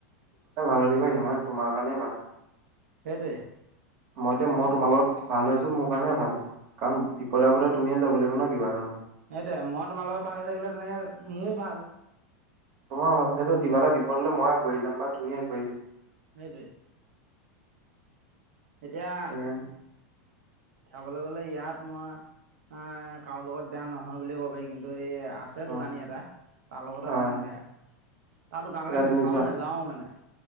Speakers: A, on the right; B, on the right.
A: যিমানে ভাল হৈ থাকিবা, সিমানে তোমাৰ কাৰণেই ভাল।
B: সেইটোৱেই।
A: মই এতিয়া-মই তোমাৰ লগত ভাল হৈ আছোঁ, মোৰ কাৰণেই ভাল। কাৰণ, বিপদে-আপদে তুমিয়েই যাব লাগিব ন কিবা এটা হ'লে।
B: সেইটোৱেই, মই তোমাৰ লগত ভাল হৈ থাকিলে তেনেকেহ'লে মোৰো ভাল।
A: অ', এইটো কিবা এটা বিপদ হ'লে মইয়ে আগবাঢ়ি যাম বা তুমিয়ে আগবাঢ়ি যাবা
B: সেইটোৱেই। এতিয়া,
A: সেইকাৰণে
B: চাবলৈ গ'লে ইয়াত মই অ' কাৰো লগত বেয়া নহয় বুলিয়ে ক'ব পাৰি, কিন্তু এই আছে দোকানী
A: অ
B: এটা, তাৰ লগতে অকণমান
A: অ
B: বেয়া, তাৰ দোকানলৈ
A: এতিয়া
B: নাচাওঁ,
A: তুমি যোৱা
B: নেযাওঁ মানে।